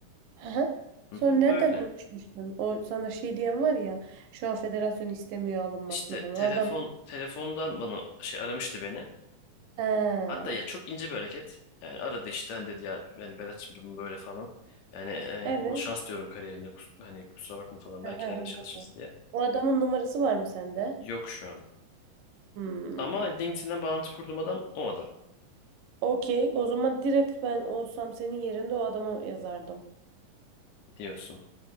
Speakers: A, on the right; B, on the left.
A: He.
B: Hı
A: Sonra
B: hı.
A: nereden
B: Öyle.
A: konuşmuştun? O sana şey diyen var ya şu an federasyon istemiyor alınmasını
B: İşte
A: falan.
B: telefon
A: O adam.
B: telefondan bana şey aramıştı beni.
A: He.
B: Hatta ya çok ince bir hareket. Yani aradı işte hani dedi ya yani Berat'cığım durum böyle falan. Yani e,
A: Evet.
B: bol şans diyorum kariyerinde. Kus- hani kusura bakma falan
A: Hı
B: belki
A: hı
B: ileride
A: hı.
B: çalışırız diye.
A: O adamın numarası var mı sende?
B: Yok şu an.
A: Hmm.
B: Ama LinkedIn'den bağlantı kurduğum adam o adam
A: Okey. O zaman direkt ben olsam senin yerinde o adama yazardım.
B: diyorsun.